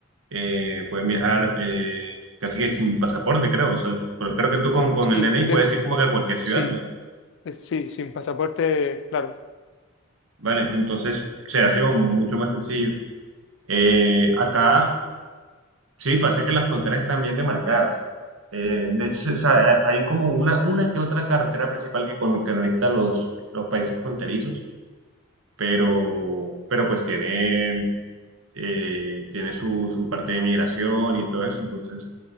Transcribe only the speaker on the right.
eh, pueden viajar eh, casi que sin pasaporte, creo. O sea, pero creo que tú con, con
el DNI
puedes ir como que a cualquier ciudad,
¿no?
Vale, entonces se hace como mucho más sencillo. Eh, acá sí pasa que las fronteras están bien demarcadas. Eh, de hecho, se- o sea, hay hay como una, una que otra carretera principal que con- conecta los, los países fronterizos, pero, pero pues tiene. eh, tiene su, su parte de migración y todo eso. Entonces,